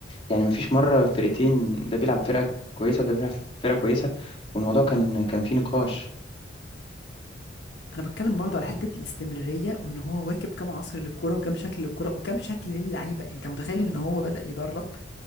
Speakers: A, on the left; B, on the left.
A: يعني ما فيش مره فرقتين ده بيلعب فرقه كويسه وده بيلعب فرقه كويسه والموضوع كان كان فيه نقاش
B: أنا بتكلم برضه على حتة الاستمرارية وإن هو واكب كام عصر للكورة وكام شكل للكورة وكام شكل للعيبة أنت متخيل إن هو بدأ يدرب